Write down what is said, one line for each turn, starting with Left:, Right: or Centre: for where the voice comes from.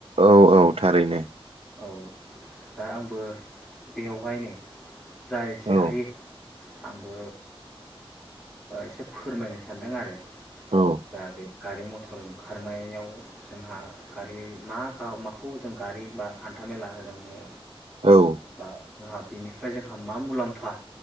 Right: औ औ थारैनो।
Centre: औ दा आंबो बेयावहायनो जा एसे
Right: औ
Centre: हायो आंबो एसे फोरमायनो सानदों दों आरो
Right: औ
Centre: दा बे गारि मथर ओंखारनायाव जोंहा गारि मा माखौ जों गारि बा हान्था मेला होनना बुङो
Right: औ
Centre: बा जोंहा बेनिफ्राय जोंहा मा मुलाम्फा